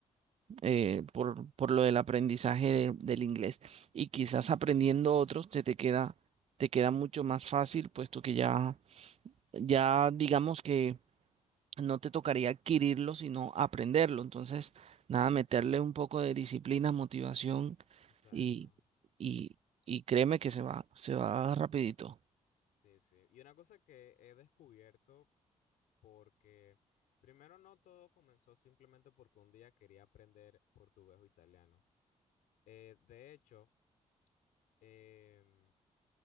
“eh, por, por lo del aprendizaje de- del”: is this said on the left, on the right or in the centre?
Right